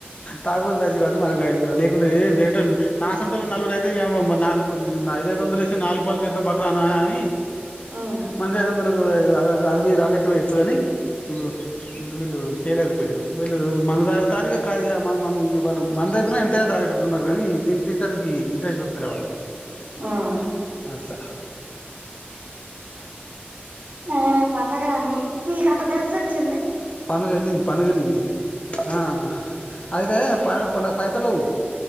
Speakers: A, on the left (about 30°); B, on the right (about 45°).
A: తాగుబోతు బ్యాచ్ మనకు ఐదు కిలోలు లేకుంటే ఏ వేరటే నా అసంటోల్లు నలుగురైతే నీయవ్వ ఐదైదొందలేసి నాలుగు పాళ్ళు చేద్దాం పట్టురా అని
B: ఉమ్
A: మనిషికి ఐదొందలు అది ఆహ్ లెక్కలేయోచ్చు కాని ఇప్పుడు ఇప్పుడు వీళ్ళు చేయలేకపోయిరు వీళ్ళు మందు తా తాన్రు ఇక వాళ్ళ మ మందైతే ఎంతైనా తాగేటట్టున్నారు కానీ తి తింటానికి ఇంట్రెస్ట్ ఒత్తలే వాళ్ళు
B: ఉమ్
A: అట్ల
B: <unintelligible> పండగ ని నీకట్ట కలిసోచ్చింది
A: పండుగ వెళ్ళింది పండుగ వెళ్ళింది ఆ అయితే ప ప పైసలు